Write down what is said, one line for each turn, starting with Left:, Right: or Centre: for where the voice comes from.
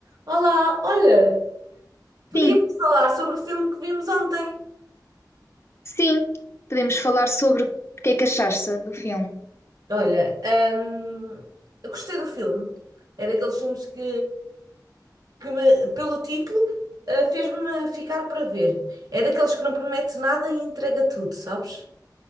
Right: Olá, olha, podíamos
Left: Sim,
Right: falar sobre o filme que vimos ontem.
Left: sim. Podemos falar sobre o que é que achaste do filme.
Right: Olha, hum, eu gostei do filme. É daqueles filmes que, que me- pelo título, eh, fez-me ficar para ver. É daqueles que não promete nada e entrega tudo, sabes?